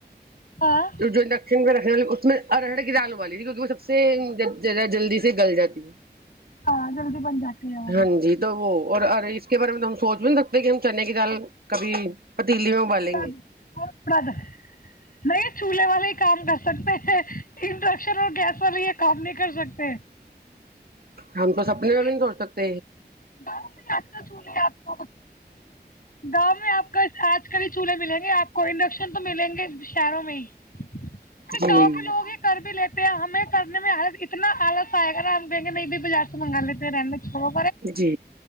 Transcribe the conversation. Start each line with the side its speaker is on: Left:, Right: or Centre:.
Left: ہاں
Right: جو انڈکشن پہ رکھنے والی اس میں ارہر کی دال ابالی تھی کیونکہ وہ سب سے زیادہ جلدی سے گل جاتی ہے
Left: ہاں جلدی بن جاتی ہے وہ
Right: ہاں جی تو وہ اور ارے اس کے بارے میں تو ہم سوچ رکھتے کہ ہم چنے کی دال کبھی پتیلی میں ابالیں
Left: پڑ
Right: گے
Left: ب پڑد نہیں چولہے والے ہی کام کر سکتے ہیں انڈکشن اور گیس والے یہ کام نہیں کر سکتے
Right: ہم تو سب <inaudible>
Left: کیونکہ
Right: پ
Left: گاؤں میں آج کل چولہے آپ کو گاؤں میں آپ کا آج کل چولہے ملیں گے آپ کو انڈکشن تو ملیں گے شہروں میں ہی کیونکہ
Right: جی
Left: گاؤں کے لوگ ہی کر بھی لیتے ہیں ہمیں کرنے میں اتنا آلص آئے گا نا ہم کہیں گے نہیں بھائی بازار سے منگا لیتے ہیں رہنے دو چھوڑو
Right: جی